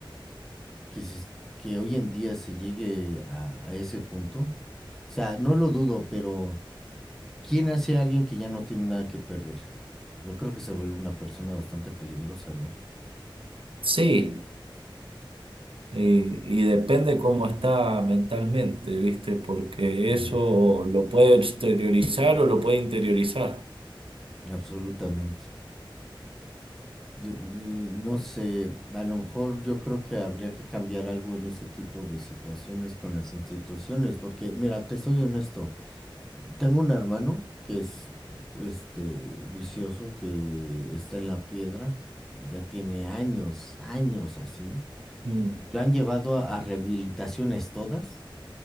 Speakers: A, in the centre; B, on the right (about 80°).
A: que, se- que hoy en día se llegue a a ese punto? O sea, no lo dudo, pero... ¿Quién hace a alguien que ya no tiene nada que perder? Yo creo que se vuelve una persona bastante peligrosa, ¿no?
B: Sí. Y, y depende cómo está mentalmente, ¿viste? Porque
A: Ujú,
B: eso lo puede exteriorizar o lo puede interiorizar.
A: Absolutamente. Yo, eh, no sé, a lo mejor yo creo que habría que cambiar algo en ese tipo de situaciones con las instituciones, porque mira, te soy honesto, tengo un hermano que es este vicioso, que está en la piedra, ya tiene años, años así.
B: Mm,
A: Lo han llevado a a rehabilitaciones todas